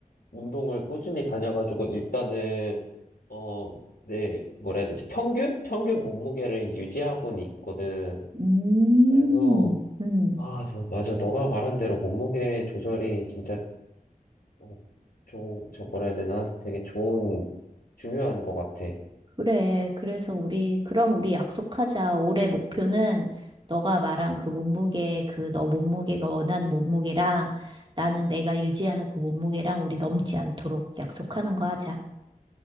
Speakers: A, on the left; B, on the right.
A: 운동을 꾸준히 다녀가지고 일단은 어, 내 뭐라 해야 되지? 평균? 평균 몸무게를 유지하고는 있거든.
B: 음,
A: 그래서
B: 음.
A: 아, 저 맞아. 너가 말한 대로 몸무게 조절이 진짜 어, 좋은 저 뭐라 해야 되나? 되게 좋은 중요한 것 같아.
B: 그래. 그래서 우리, 그럼 우리 약속하자. 올해 목표는 너가 말한 그 몸무게, 그 너 몸무게가 원하는 몸무게랑 나는 내가 유지하는 그 몸무게랑 우리 넘지 않도록 약속하는 거 하자.